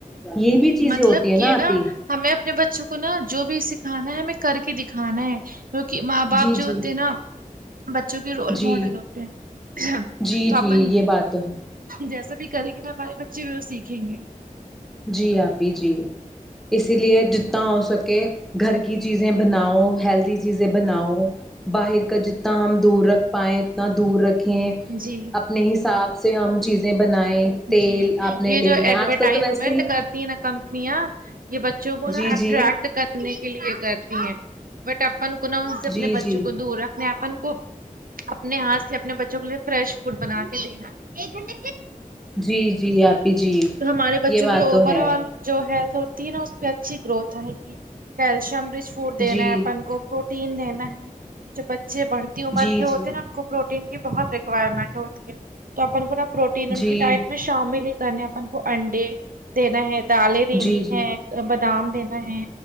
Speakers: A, in the centre; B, on the right.
A: یہ بھی چیزیں
B: مطلب
A: ہوتی ہیں
B: یہ
A: نا آپی
B: ہمیں اپنے بچوں کو نا جو بھی سکھانا ہے ہمیں کر کے دکھانا ہے کیونکہ ماں باپ
A: جی
B: جو
A: جی
B: ہوتے ہیں نا بچوں کے رول
A: جی
B: ماڈل ہوتے ہیں
A: جی
B: تو اپن
A: جی یہ بات تو ہے
B: جیسا بھی کریں گے نا ہمارے بچے بھی وہ سیکھیں گے
A: جی آپی جی اسی لیے جتنا ہو سکے گھر کی چیزیں بناؤ ہیلدی چیزیں بناؤ باہر کا جتنا ہم دور رکھ پائیں اتنا دور رکھیں
B: جی
A: اپنے حساب سے ہم چیزیں بنائیں تیل
B: جی
A: آپ نے
B: یہ
A: لینا
B: جو
A: ہے
B: ایڈورٹائز
A: آج کل تو ویسے
B: وینٹ
A: ہی
B: کرتی ہیں نا کمپنیاں یہ بچوں کو
A: جی جی
B: اٹریکٹ کر تی کرنے کے لیے کرتی ہیں بٹ اپن کو نہ ان سے
A: جی
B: اپنے بچوں
A: جی
B: کو دور رکھ اپنے اپن کو اپنے ہاتھ سے اپنے بچوں کے لیے فریش فوڈ بنا کے دینا ایک گھنٹ
A: جی جی آپی جی
B: ہمارے بچوں
A: یہ بات
B: کی اوور
A: تو ہے
B: آل جو ہیلتھ ہوتی ہے نا اس پہ اچھی گروتھ آئے گی کیلشیم رچ فوڈ
A: جی
B: دینا ہے اپن کو تین لینا ہے جو بچے بڑھتی عمر
A: جی
B: کے
A: جی
B: ہوتے ہیں نا ان کو پروٹین کی بہت ریکوائرمنٹ ہوتی ہے تو اپن کو نا پروٹین
A: جی
B: ان کی ڈائٹ میں شامل ہی کرنے اپن کو انڈے دینا ہے دالیں دینی
A: جی جی
B: ہے بادام دینا ہے